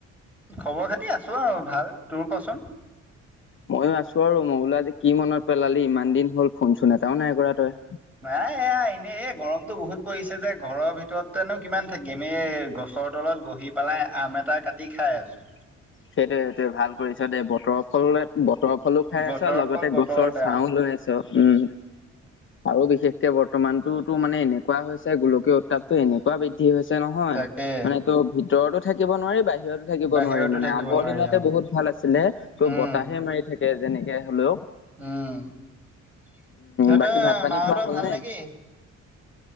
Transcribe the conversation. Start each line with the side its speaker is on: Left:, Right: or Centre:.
Centre: খবৰ খাতি আছো আৰু ভাল। তোৰ কচোন?
Left: ময়ো আছো আৰু, মই বোলা আজি কি মনত পেলালি ইমান দিন হ'ল ফোনচোন এটাও নাই কৰা তই।
Centre: নাই এয়া এনেই এই গৰমতটো বহুত পৰিছে যে ঘৰৰ ভিতৰতোনো কিমান থাকিম। এই গছ গছৰ তলত বহি পেলাই আম এটা কাটি খাই আছোঁ।
Left: সেইটোৱে সেইটোৱে ভাল কৰিছ দেই, বতৰৰ ফল বতৰ ফলো খাই
Centre: বতৰৰ
Left: আছ আৰু লগতে
Centre: ফল বতৰতে
Left: গছৰ ছাঁ
Centre: আৰু
Left: লৈ আছ। ত উম। আৰু বিশেষকে বৰ্তমানতটোতো মানে এনেকুৱা হৈছে, গোলকীয় উত্তাপটো এনেকুৱ ৱা বৃদ্ধি হৈছে নহয়,
Centre: তাকে
Left: মানে তোৰ ভিতৰতো থাকিব নোৱাৰি বাহিৰতো থাকিব
Centre: বাহিৰতো
Left: নোৱাৰি। মানে
Centre: থাকিব
Left: আগৰ
Centre: নোৱাৰি
Left: দিনতে
Centre: অ',
Left: বহুত ভাল আছিলে ত'
Centre: উম,
Left: বতাহে মাৰি থাকে যেনেকে হলেওঁ
Centre: উম, তহঁতে
Left: বাকী ভাত পানী
Centre: মাহঁতৰ
Left: খোৱা হ'ল
Centre: ভাল
Left: নে
Centre: নেকি?